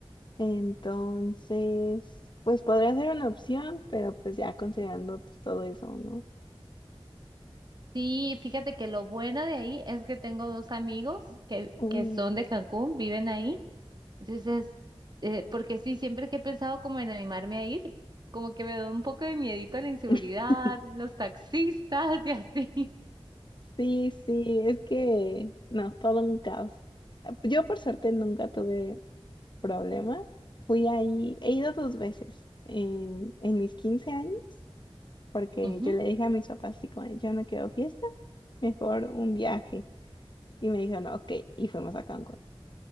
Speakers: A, on the left; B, on the right.
A: Entonces, pues podría ser una opción, pero pues ya considerando pues, todo eso, ¿no?
B: Sí, fíjate que lo bueno de ahí es que tengo dos amigos que,
A: Uh.
B: que son de Cancún, viven ahí. Entonces, eh, porque sí, siempre que he pensado como en animarme a ir, como que me da un poco de miedito a la inseguridad,
A: <laughs>
B: los taxistas <laughs> y así.
A: Sí, sí, es que no, todo un caos. Yo por suerte nunca tuve problema. Fui ahí, he ido dos veces en, en mis 15 años, porque
B: Ujú.
A: yo le dije a mis papás, así como, yo no quiero fiesta, mejor un viaje. Y me dijeron, ok, y fuimos a Cancún.